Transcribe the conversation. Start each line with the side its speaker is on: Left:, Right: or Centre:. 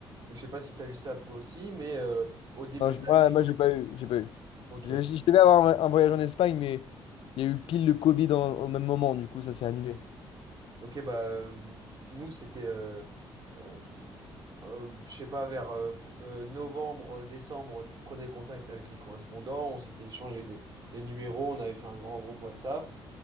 Right: Je sais pas si tu as eu ça toi aussi, mais euh, au début
Left: Non, je-
Right: de
Left: moi,
Right: l'année.
Left: moi j'ai pas eu. J'ai pas eu.
Right: Ok.
Left: Je, je- je devais avoir un, un voyage en Espagne, mais il y a eu pile le Covid en- au même moment. Du coup, ça s'est annulé.
Right: Ok, Ok, bah euh, nous c'était, euh, euh, euh, je sais pas, vers euh, f- euh, novembre, euh, décembre, tu prenais contact avec les correspondants, on s'était échangé des, les numéros, on avait fait un grand groupe WhatsApp